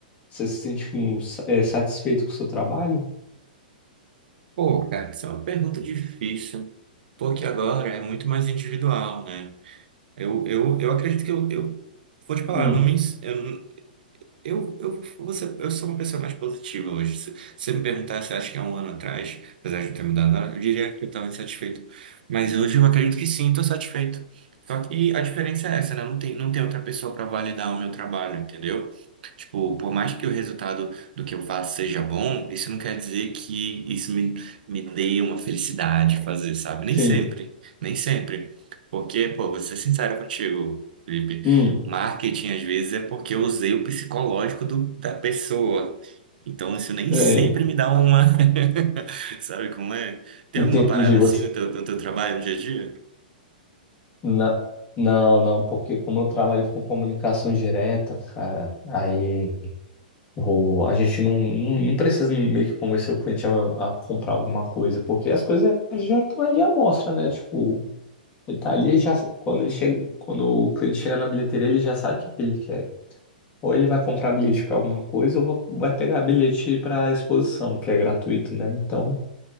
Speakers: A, on the left; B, on the right.
A: Você se sente hum, sa- é, satisfeito com o seu trabalho?
B: Pô, cara, isso é uma pergunta difícil, porque agora é muito mais individual, né? Eu, eu, eu acredito que eu, eu vou te falar,
A: Hum,
B: eu não me, ens- eu, Eu, eu, você, eu sou uma pessoa mais positiva hoje. Se você me perguntasse, acho que há um ano atrás, apesar de não ter mudado nada, eu diria que eu estava insatisfeito. Mas hoje eu acredito que sim, estou satisfeito. Só que a diferença é essa, né? Não tem, não tem outra pessoa para validar o meu trabalho, entendeu? Tipo, por mais que o resultado do que eu faço seja bom, isso não quer dizer que isso me, me dê uma felicidade fazer, sabe? Nem
A: sim.
B: sempre, nem sempre. Porque, pô, vou ser sincero contigo. Felipe.
A: Hum,
B: Marketing, às vezes, é porque eu usei o psicológico do- da pessoa. Então, isso nem
A: é,
B: sempre me dá uma. <laughs> Sabe como é? Tem
A: entendi.
B: alguma parada
A: Você...
B: assim no teu, no teu trabalho, no dia a dia?
A: na- Não, não, porque como eu trabalho com comunicação direta, cara, aí. O, a gente não, não não precisa meio que convencer o cliente a, a comprar alguma coisa, porque as coisas já estão ali à mostra, né? Tipo, ele tá ali já, quando ele chega, quando o cliente chega na bilheteria, ele já sabe o que que ele quer. Ou ele vai comprar bilhete para alguma coisa, ou va- vai pegar bilhete para exposição, que é gratuito, né? Então,